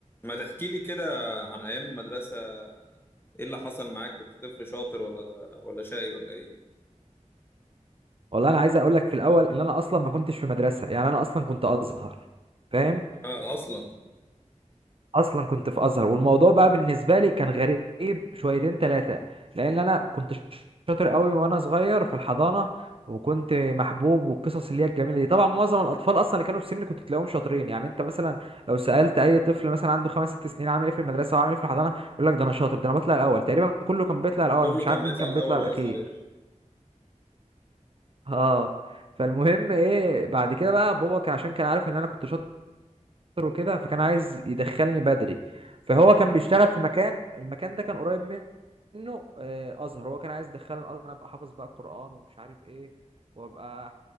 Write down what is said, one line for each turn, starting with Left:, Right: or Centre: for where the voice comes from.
Left: ما تحكي لي كده عن ايام المدرسه ايه اللي حصل معاك كنت طفل شاطر ولا ولا شقي ولا ايه
Right: والله انا عايز اقول لك في الاول ان انا اصلا ما كنتش في مدرسه يعني انا اصلا كنت ازهر فاهم
Left: آه اصلا
Right: اصلا كنت في ازهر والموضوع بقى بالنسبه لي كان غريب شويتين ثلاثه لان انا كنت شاطر قوي وانا صغير في الحضانه وكنت محبوب والقصص اللي هي الجميله دي طبعا معظم الاطفال اصلا اللي كانوا في سني كنت تلاقيهم شاطرين يعني انت مثلا لو سالت اي طفل مثلا عنده خمس ست سنين عامل ايه في المدرسه وعامل ايه في الحضانه يقول لك ده انا شاطر ده انا بطلع الاول تقريبا كله كان بيطلع الاول
Left: كله
Right: مش
Left: كان
Right: عارف
Left: بيطلع
Right: مين كان
Left: الاول
Right: بيطلع الاخير
Left: وهو صغير
Right: اه فالمهم ايه بعد كده بقى بابا كان- عشان كان عارف ان انا كنت شاطر وكده فكان عايز يدخلني بدري فهو كان بيشتغل في مكان المكان ده كان قريب منه آه، ازهر هو كان عايز يدخلني الازهر أنا ابقى حافظ بقى القران ومش عارف ايه وابقى